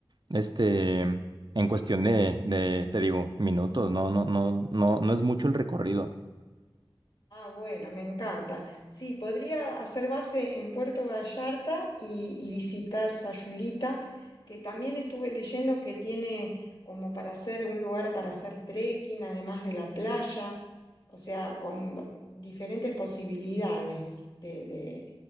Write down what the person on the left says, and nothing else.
Ah, bueno, me encanta. Sí, podría hacer base en Puerto Vallarta y, y visitar Sayulita, que también estuve leyendo que tiene como para hacer un lugar para hacer trekking, además de la playa, o sea, con b- diferentes posibilidades de, de